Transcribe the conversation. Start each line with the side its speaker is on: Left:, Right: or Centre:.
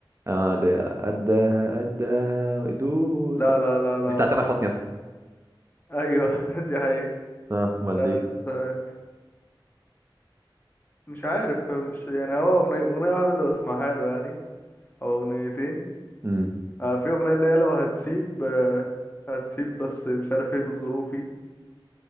Right: اه اللي هي قدها قدها وقدوها
Left: لا لا لا لا,
Right: دي بتاعت
Left: لا.
Right: تامر حسني اصلا
Left: أيوه <laughs> دي حقيقة
Right: اه امال
Left: لا
Right: دي
Left: س- مش عارف مش يعني هو أغنية أغنية واحدة اللي بسمعها له يعني أو أغنيتين
Right: امم
Left: آه في أغنية اللي هي لو هتسيب آه هتسيب بس مش عارف ايه بظروفي